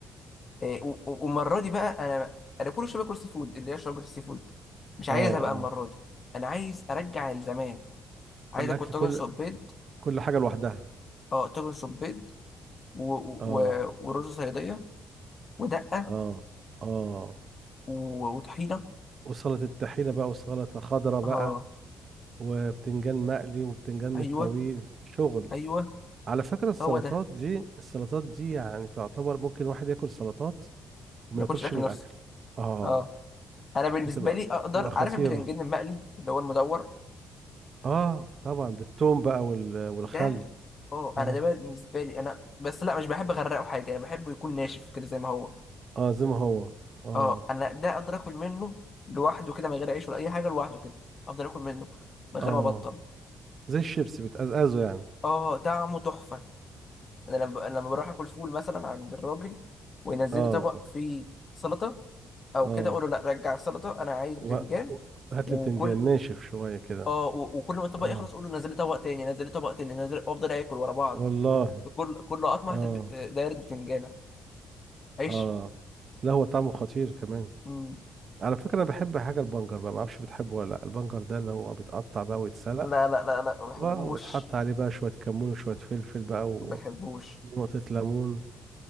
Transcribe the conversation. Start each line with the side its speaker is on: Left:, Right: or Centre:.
Left: إيه، و- و- والمره دي بقى انا انا كل شويه باكل سي فود اللي هي شوربه السي فود مش عايزها
Right: آه
Left: بقى
Right: آه
Left: المره دي انا عايز ارجع لزمان عايز
Right: الأكل
Left: اكل طاجن
Right: كل
Left: صبيط
Right: كل حاجة لوحدها
Left: اه طاجن صبيط و... و...
Right: آه
Left: ورز صياديه ودقه
Right: آه آه
Left: و... وطحينه
Right: وسلطة الطحينة بقى وسلطة خضراء بقى
Left: اه
Right: وبتنجان مقلي وبتنجان من
Left: ايوه
Right: الطويل شغل
Left: ايوه
Right: على فكرة السلطات
Left: هو ده
Right: دي السلطات دي يعني تعتبر ممكن واحد ياكل سلطات وما
Left: ما
Right: ياكلش
Left: باكلش اكل
Right: من
Left: نفسه
Right: الأكل آه
Left: اه انا بالنسبه
Right: بتبقى
Left: لي اقدر
Right: بتبقى خطيرة
Left: عارف البتنجان المقلي اللي هو المدور
Right: آه طبعا بالثوم بقى وال... والخل
Left: ده اه
Right: آه
Left: انا ده بالنسبه لي انا بس لا مش بحب اغرقه حاجه انا بحبه يكون ناشف كده زي ما هو
Right: اه زي ما هو اه
Left: اه انا ده اقدر اكل منه لوحده كده من غير عيش ولا اي حاجه لوحده كده افضل اكل منه من غير
Right: اه
Left: ما ابطل
Right: زي الشيبسي بتقزقزه يعني
Left: اه طعمه تحفه انا لما أنا لما بروح اكل فول مثلا عند الراجل وينزل
Right: اه
Left: لي طبق فيه سلطه او
Right: اه
Left: كده اقول له لا رجع السلطه انا عايز بتنجان
Right: و... و- هات
Left: وكل
Right: لي بتنجان ناشف شوية كده
Left: اه و- وكل ما الطبق
Right: اه
Left: يخلص اقول له نزل لي طبق تاني نزل لي طبق تاني نزل افضل اكل ورا بعض
Right: والله
Left: في كل كل قطمه
Right: اه
Left: هتب- آه، دايره بتنجانه عيش
Right: اه لا هو طعمه خطير كمان
Left: مم.
Right: على فكرة أنا بحب حاجة البنجر بقى معرفش بتحبه ولا لا البنجر ده اللي هو بيتقطع بقى ويتسلق
Left: لا لا لا لا ما بحبوش
Right: ويتحط عليه بقى شوية كمون وشوية فلفل بقى
Left: ما بحبوش
Right: ونقطة ليمون